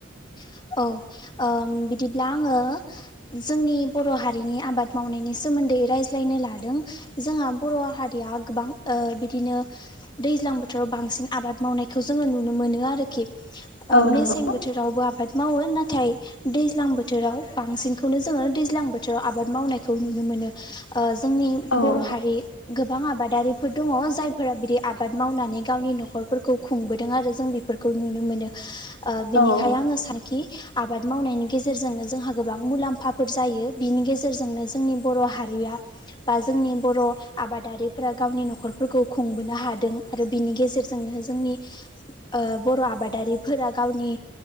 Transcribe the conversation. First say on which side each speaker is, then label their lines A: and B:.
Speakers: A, on the left (about 25°); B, on the left (about 85°).
A: <inaudible> औ ओ बिदिब्ला आङो जोंनि बर' हारिनि आबाद मावनायनि सोमोन्दै रायज्लायनो लादों जोंहा बर' हारिया गोबां ओ बिदिनो दैज्लां बोथोर फोथोराव बांसिन आबाद मावनायखौ जोङो नुनो मोनो आरोखि मेसें
B: औ नंगौ
A: बोथोरावबो आबाद मावो नाथाय दैज्लां बोथोराव बांसिनखौनो जोङो दैज्लां बोथोराव आबाद मावनायखौ नुनो मोनो ओ जोंनि
B: औ
A: बर' हारि गोबां आबादारिफोर दङ जायफोरा बिदि आबाद मावनानै गावनि न'खरफोरखौ खुंबोदों आरो जों फोरखौ नुनो मोनो ओ बिनिखायनो
B: औ
A: आङो सानोखि आबाद मावनायनि गेजेरजोंनो जोंहा गोबां मुलाम्फाफोर जायो बिनि गेजेरजोंनो जोंनि बर' हारिया बा जोंनि बर' आबादारिफोरा गावनि न'खरफोरखौ खुंबोनो हादों आरो बिनि गेजेरजोंनो जोंनि ओ बर' आबादारिफोरा गावनि